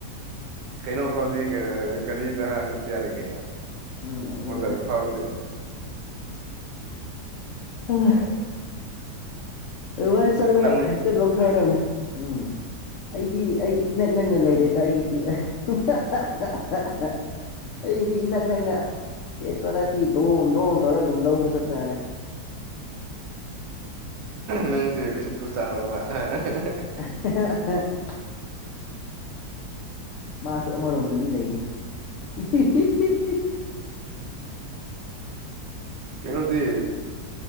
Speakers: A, on the right (about 80°); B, on the left (about 75°).
A: ꯀꯩꯅꯣ ꯐꯥꯎꯗꯤ ꯒꯥꯔꯤꯗ ꯆꯠꯄ ꯌꯥꯔꯦ ꯀꯩꯅꯣ
B: ꯎꯝ ꯑꯗꯨꯅꯦ
A: <unintelligible>
B: <unintelligible> ꯑꯗꯨ ꯋꯥ ꯆꯠꯂꯒ
A: ꯅꯪ
B: ꯍꯦꯛꯇ ꯂꯧꯊꯔꯗꯕꯅꯦ ꯎꯝ ꯑꯩꯗꯤ ꯑꯩꯗꯤ ꯏꯅꯛ ꯅꯛꯅ ꯂꯩꯔꯦꯗ ꯑꯩꯒꯤꯗꯤ <unintelligible> <unintelligible> ꯑꯩꯗꯤ ꯏꯅꯛ ꯅꯛꯅ ꯇꯦ ꯇꯔꯥ ꯇꯤ ꯗꯣꯟ ꯗꯣꯟ ꯇꯧꯔ ꯑꯗꯨꯝ ꯂꯧꯕ ꯆꯠꯄ ꯌꯥꯔꯦ
A: ꯅꯪꯁꯦ ꯎꯁꯤꯠꯇꯨ <unintelligible>
B: <unintelligible> ꯃꯥꯁꯨ ꯑꯃꯔꯣꯝꯗꯗꯤ ꯂꯩꯔꯤ <unintelligible>
A: ꯀꯩꯅꯣꯗꯤ